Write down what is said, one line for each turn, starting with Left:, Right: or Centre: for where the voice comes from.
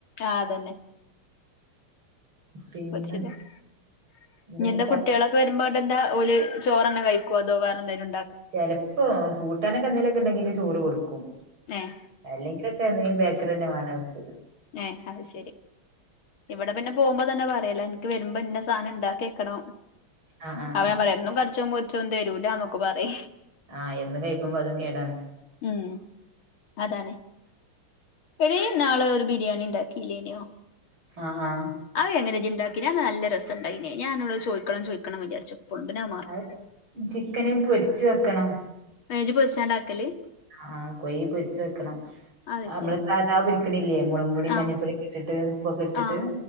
Left: ആ അതന്നെ <unintelligible>
Right: പിന്നെ
Left: ഇനി
Right: എന്താ
Left: എന്റെ കുട്ടികളൊക്കെ വരുമ്പോ പ്പെന്താ ഓല് ചോറന്ന കഴിക്കോ അതോ വേറെന്തേലും ഇ
Right: ചെലപ്പോ കൂട്ടാനൊക്കെ എന്തേലുവൊക്കെ ഇണ്ടെങ്കില് ചോറ് കൊടുക്കും
Left: ഏഹ്
Right: അല്ലെങ്കിലൊക്കെ എന്തെങ്കിലും ബേക്കറി തന്നെ വേണംവർക്ക്
Left: ഏ അത് ശരി ഇവിടെ പിന്നെ പോവുമ്പോ തന്നെ പറയാ ല നിക്ക് വരുമ്പ ഇന്ന സാനം ഇണ്ടാക്കി വെക്കണം
Right: ആഹ് ആഹ്
Left: അവൻ പറയാ എന്നും കരിച്ചും പൊരി ച്ചൊന്നും തരൂലാന്നൊക്കെ പറയ്
Right: ആഹ് എന്നും കഴിക്കുമ്പോ അതും കേടാണ്
Left: ഉം അതാണ് എടീ നാള ഒരു ബിരിയാണി ഇണ്ടാക്കീലേന്യോ
Right: ആഹ് ആഹ്
Left: അതെങ്ങനെ ഇജ്ജ് ഇണ്ടാക്കിന് അത് നല്ല രസണ്ടായിനി ഞാനന്നോട് ചോയിക്കണം ചോയിക്കണം വിചാരിച്ചു എപ്പളും പിന്നെ മറക്കും
Right: അത് ചിക്കന് പൊരിച്ച് വെക്കണം
Left: <unintelligible> പൊരിച്ചാണ്ടാക്കല്
Right: ആ കോയ് പൊരിച്ച് വെക്കണം
Left: അത്
Right: ആ നമ്മള്
Left: ശരി
Right: സാധാ പൊരിക്കണില്ലേ മോളവും പൊടിയും
Left: ആഹ്
Right: മഞ്ഞപ്പൊടിയൊക്കെ ഇട്ടിട്ട് ഉപ്പൊക്കെ ഇട്ടിട്ട്
Left: ആഹ്